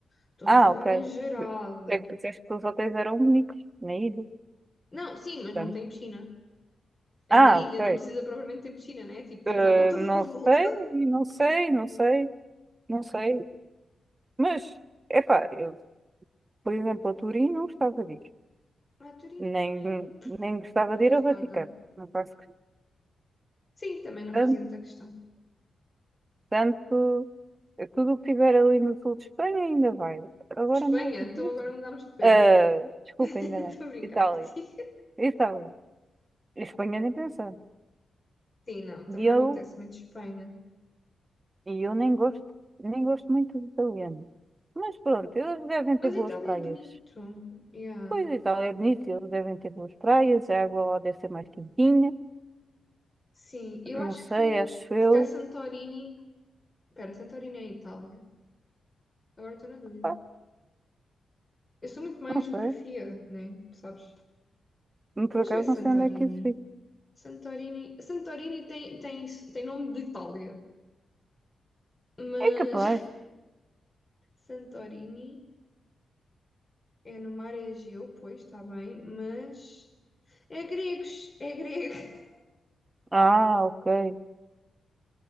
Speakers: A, on the left; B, on the right.
A: Estou
B: Ah,
A: a falar
B: ok.
A: em geral.
B: É que disseste que os hotéis eram únicos na ilha.
A: Não, sim, mas
B: portanto.
A: não tem piscina. É
B: Ah,
A: uma ilha,
B: ok.
A: não precisa propriamente ter piscina, né? Tipo, tens
B: Eh,
A: água <laughs> toda
B: não
A: a volta.
B: sei, não sei, não sei, não sei. Mas, epá, eu, por exemplo, a Turim não gostava de ir.
A: Ah, Turim
B: Nem,
A: também
B: nem gostava
A: não me
B: de ir
A: diz
B: ao
A: nada.
B: Vaticano. Não faço
A: Sim, também não
B: questão.
A: fazia muita questão.
B: Portanto, eh, tudo o que tiver ali no sul de Espanha ainda vai. Agora
A: Espanha,
B: mais do
A: então
B: que isso.
A: agora mudámos de país.
B: Ah,
A: <laughs>
B: desculpa,
A: Estou
B: enganei.
A: a brincar
B: Itália.
A: contigo.
B: Itália. Espanha nem pensar.
A: Sim, não, também
B: E eu
A: não me apetece muito Espanha.
B: E eu nem gosto, nem gosto muito de italiano. Mas pronto, eles devem
A: Mas
B: ter boas
A: Itália
B: praias.
A: é bonito. Yeah.
B: Pois Itália é bonito, eles devem ter boas praias, a água lá deve ser mais quentinha.
A: Sim, eu
B: Não
A: acho
B: sei,
A: que
B: acho eu.
A: se calhar Santorini. Espera, Santorini é Itália. Agora estou na dúvida.
B: Pá,
A: Eu sou muito mais
B: não
A: geografia,
B: sei.
A: né? Tu sabes?
B: Por
A: Deixa
B: acaso
A: eu ver se
B: não
A: Santorini.
B: sei onde é que isso fica.
A: Santorini. Santorini tem, tem, tem nome de Itália. Mas
B: É capaz.
A: <laughs> Santorini é no mar é Egeu, pois está bem, mas é gregos, é grego. <laughs>
B: Ah, ok.